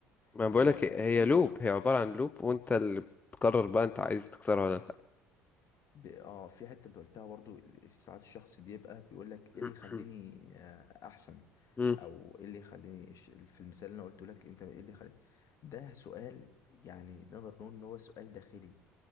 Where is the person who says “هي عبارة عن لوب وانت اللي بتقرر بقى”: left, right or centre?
Left